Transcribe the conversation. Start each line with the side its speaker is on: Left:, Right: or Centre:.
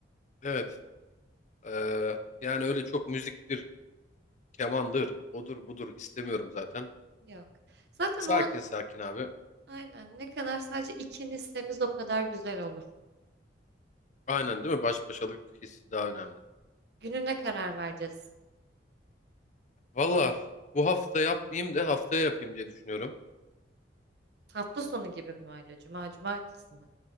Left: Evet. Ee, yani öyle çok müziktir, kemandır, odur budur istemiyorum zaten.
Right: Yok. Zaten
Left: Sakin
Right: o an
Left: sakin abi.
Right: aynen ne kadar sadece ikinizseniz o kadar güzel olur.
Left: Aynen değil mi? Baş başalık hissi daha önemli.
Right: Gününe karar vereceğiz.
Left: Valla bu hafta yapmayayım da haftaya yapayım diye düşünüyorum.
Right: Hafta sonu gibi mi öyle? Cuma, cumartesi mi?